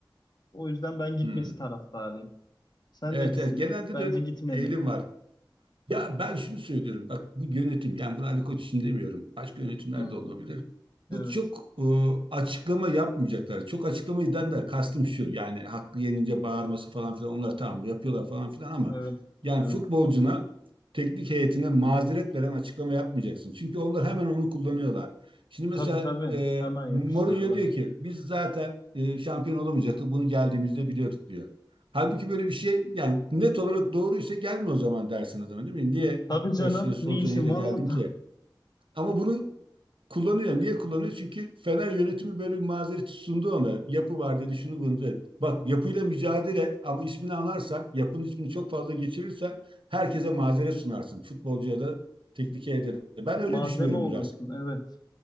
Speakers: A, on the left (about 55°); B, on the right (about 80°).
A: O yüzden ben gitmesi
B: Hmm.
A: taraftarıyım. Sen
B: Evet
A: ne düşünüyorsun?
B: evet genelde
A: Bence
B: de öyle
A: gitmeli.
B: bir eğilim var. Ya ben şunu söylüyorum. Bak bu yönetim yani bunu Ali Koç için demiyorum. Başka yönetimler
A: Hmm,
B: de olabilir. Bu
A: Evet,
B: çok e, açıklama yapmayacaklar. Çok açıklama eden de kastım şu. Yani haklı yenince bağırması falan filan onlar tamam yapıyorlar falan filan ama
A: evet,
B: yani
A: evet.
B: futbolcuna teknik heyetine mazeret veren açıklama yapmayacaksın. Çünkü onlar hemen onu kullanıyorlar. Şimdi mesela
A: Tabii tabii.
B: e,
A: Hemen
B: Mourinho
A: yapıştırırlar.
B: diyor ki biz zaten e, şampiyon olamayacaktık. Bunu geldiğimizde biliyorduk diyor. Halbuki böyle bir şey yani net olarak doğruysa gelme o zaman dersin adama değil mi? Niye
A: Tabii canım.
B: başarısız
A: Ne
B: olacağın
A: işin
B: yere
A: var
B: geldin
A: orada?
B: ki? Ama bunu kullanıyor. Niye kullanıyor? Çünkü Fener yönetimi böyle bir mazeret sundu ona. Yapı var dedi şunu bunu dedi. Bak yapıyla mücadele et ama ismini anarsan, yapının ismini çok fazla geçirirsen herkese mazeret sunarsın. Futbolcuya da teknik heyete de.
A: <laughs>
B: Ben öyle
A: Malzeme
B: düşünüyorum
A: olursun.
B: biraz.
A: Evet.